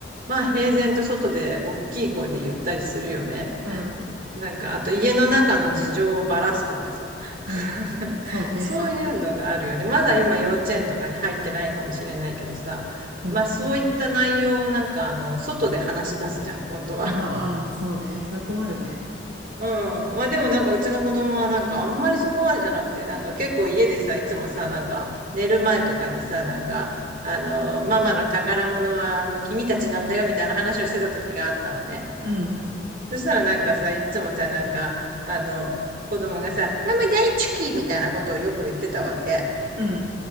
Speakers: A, on the right; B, on the right.
A: まあ平然と外で大きい声で言ったりするよね。
B: <laughs> うん、
A: なんか、あと家の中の事情をばらすとかさ。<laughs>
B: うん、そうね。
A: そういうのがあるよね。まだ今幼稚園とかに入ってないかもしれないけどさ、
B: うん。
A: まあそういった内容をなんかあの、外で話し出すじゃん、今度は。
B: ああ、ああそうね。それ困るね。
A: うん。まあでもなんかうちの子供はなんかあんまりそこまでじゃなくて、なんか結構家でさ、いつもさ、なんか寝る前とかにさ、なんか、あの、ママの宝物はあの、君たちなんだよみたいな話をしてた時があったのね。
B: うん。
A: そしたらなんかさ、いつもさ、なんか、あの、子供がさ、ママ大好きみたいなことをよく言ってたわけ。
B: うん。